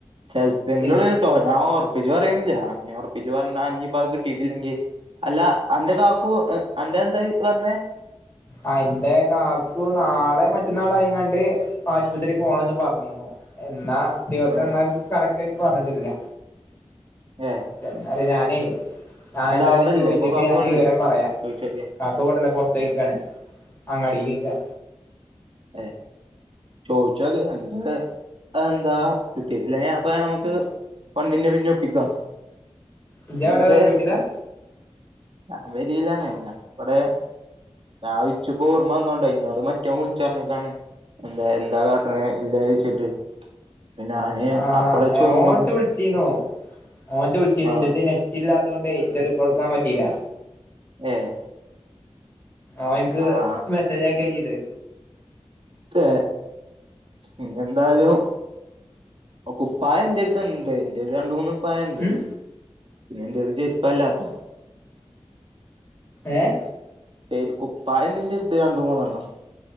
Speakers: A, on the right; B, on the left.
A: ചെലപ്പ എങ്കിലെ
B: ഇന്റെ
A: ഉള്ളുട്ടോ ഞാൻ ഉറപ്പിച്ച് പറയണില്ല ഇനി ഉറപ്പിച്ച് പറഞ്ഞാ അയിനിപ്പാ അത് കിട്ടിയിട്ടില്ലെങ്കിൽ അല്ല അന്റെ കാക്കു അന്റെ എന്താ ഈ പറഞ്ഞേ
B: ആഹ് ഇന്റെ കാക്കു നാളെ മറ്റന്നാളയങ്ങാണ്ട് ആശുപത്രി പോണംന്ന് പറഞ്ഞിന്നു എന്നാ ദിവസം
A: ആ
B: എന്നാ കറക്റ്റ് ആയിട്ട് പറഞ്ഞിട്ടില്ല
A: ഏ
B: എന്നാല് ഞാനേ ഞാൻ
A: അല്ല
B: എന്തായാലും
A: അവിടെല്ലേ
B: ചോയിച്ചിട്ട്
A: അപ്പൊ കാക്കു
B: ഞാൻ
A: അവിടെല്ലേ
B: വിവരം പറയാം
A: ചോയിച്ചോക്കെ
B: കാക്കു ഇവടില്ല പുറത്തെയ്ക്കാണ് അങ്ങാടിക്ക് പോയ്ക
A: ഏഹ് ചോയിച്ച് നോക്ക്‌ എന്നിട്ട് അഹ് എന്താ കിട്ടിട്ടില്ലേ അ പ്പ നമുക്ക് വണ്ടിന്റെ പിന്നെ ഒപ്പിക്കാം
B: ഇജ്ജ്
A: എന്നിട്ട്
B: എവിടെ വീട്ടിലാ
A: ഞാൻ പെരിയിലാണ് ഞാൻബടെ ഞാൻ ഇച്പ്പ ‌ ഓർമ്മ വന്നോണ്ടോ ഇന്നോട് മറ്റേൻ വിളിച്ചർഞ്ഞക്കാണ് എന്താ എന്താ കാട്ടണ ഇല്ല ചോയിച്ചിട്ട് പിന്നെ ഞാന്
B: ആഹ്
A: അപ്പളേച്ച് ഓർമ്മ
B: ഓൻ ഹെ
A: വന്ന്
B: ഇച് വിളിച്ചിന്നു ഓൻ ഇച് വിളിച്ചിന്നു
A: ആഹ്
B: ഇന്റടുത്ത് നെറ്റില്ലാത്തൊണ്ടേ ഇച്ച് റിപ്ലൈ കൊടുക്കാൻ പറ്റിയില്ല
A: ഏഹ്
B: ഓൻ ഇക്ക്
A: ആഹ്
B: മെസ്സേജ് അയക്കാ ചെയ്തേ
A: ക്കെ ഇന്നി എന്തായാലും കുപ്പായം ഇന്റെ അടുത്ത് ഇ എന്റെല് രണ്ട് മൂന്ന് കുപ്പായണ്ട്
B: ഉം
A: പിന്നെ എന്റെല് ചെരുപ്പല്ലാത്ത്
B: ഏഹ്
A: ഏത് കുപ്പായണ്ട് ഇൻ്റെടുത്ത് രണ്ട് മൂന്നെണ്ണം